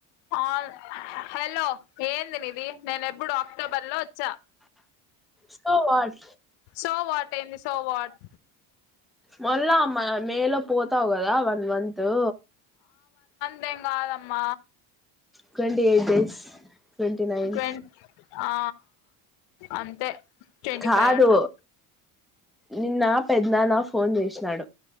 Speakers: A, on the left; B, in the centre.
A: హల్ హెల్లొ ఏంది నీది? నేనేబ్బుడు అక్టోబర్ లో వచ్చా.
B: సో వాట్
A: సో వాట్ ఏంది సో వాట్?
B: మళ్ళా అ మేలో పోతావు కదా వన్ మంతు
A: మేం కాదమ్మ.
B: Twenty eight days. Twenty nine
A: ట్వన్ ఆ అంతే. ట్వంటీ
B: కాదు
A: ఫైవ్ అట్లా
B: నిన్న పెద్నాన్న ఫోన్ చేసినాడు.